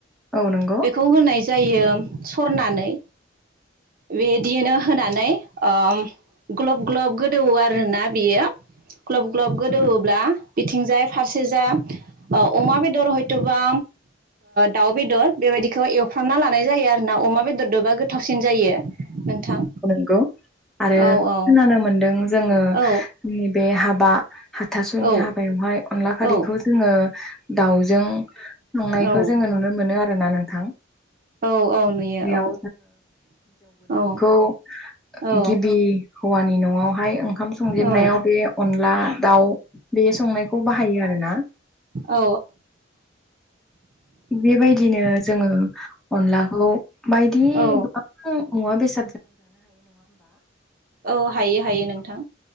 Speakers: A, in the centre; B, on the right.
A: औ नंगौ
B: बेखौ होनाय जायो सरनानै। बे दिनो होनानै ओ ग्लब ग्लब गोदौओ आरोना बेयो। ग्लब ग्लब गोदौवोब्ला बिथिंजाय फारसेजा अमा बेदर हयथ'बा दाउ बेदर बेबायदिखौ एवफ्रामना लानाय जायो आरोना। अमा बेदरदोबा गोथावसिन जायो नोंथां
A: नंगौ आरो
B: औ
A: खोनानो मोनदों जोङो
B: औ
A: <inaudible> नि बे हाबा हाथासुनि
B: औ
A: हाबायावहाय अनला खारैखौ
B: औ
A: जोङो दाउजों संनायखौ
B: औ
A: जोङो नुनो मोनो आरोना नोंथां।
B: औ औ नुयो
A: बेयाव
B: औ औ।
A: खौ
B: औ
A: गिबि हौवानि न'आवहाय ओंखाम संजेननायाव
B: औ
A: बे अनला दाउ बे संनायखौ बाहायो आरोना।
B: औ
A: बेबायदिनो जोङो अनलाखौ बायदि
B: औ
A: गोबां मुवा बेसाद
B: औ हायो हायो नोंथां।